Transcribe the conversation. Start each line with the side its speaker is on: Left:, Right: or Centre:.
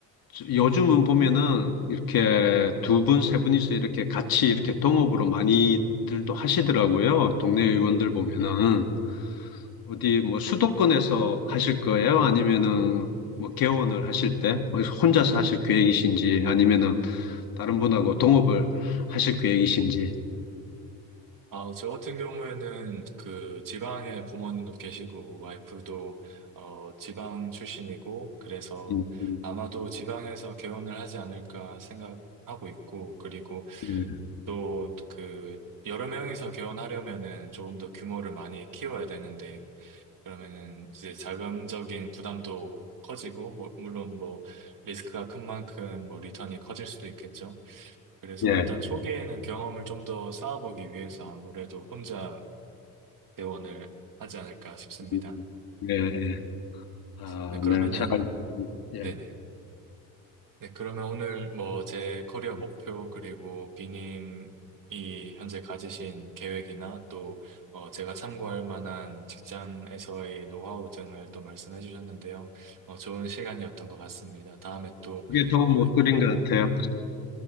Left: 요즘은 보면은 이렇게 두 분, 세 분이서 이렇게 같이 이렇게 동업으로 많이들도 하시더라고요. 동네 의원들 보면은. 어디 뭐 수도권에서 하실 거예요? 아니면은 뭐 개원을 하실 때 어디서 혼자서 하실 계획이신지 아니면은 다른 분하고 동업을 하실 계획이신지.
Right: 아, 저 같은 경우에는 그 지방에 부모님도 계시고 와이프도 어, 지방 출신이고 그래서
Left: 음, 음,
Right: 아마도 지방에서 개원을 하지 않을까 생각하고 있고 그리고
Left: 예,
Right: 또 그 여러 명이서 개원하려면은 조금 더 규모를 많이 키워야 되는데 그러면은 이제 자금적인 부담도 커지고 뭐- 물론 뭐 리스크가 큰 만큼 뭐 리턴이 커질 수도 있겠죠. 그래서
Left: 예,
Right: 일단 초기에는 경험을 좀 더 쌓아보기 위해서 아무래도 혼자 개원을 하지 않을까 싶습니다.
Left: 음, 예, 예. 아,
Right: 네, 그러면은
Left: 네, 잘, 알- 예.
Right: 네네. 네, 그러면 오늘 뭐 제 커리어 목표 그리고 비님이 현재 가지신 계획이나 또 어, 제가 참고할 만한 직장에서의 노하우 등을 또 말씀해 주셨는데요. 어, 좋은 시간이었던 것 같습니다. 다음에 또,
Left: 그게 도움
Right: 어,
Left: 못 드린 것 같아요.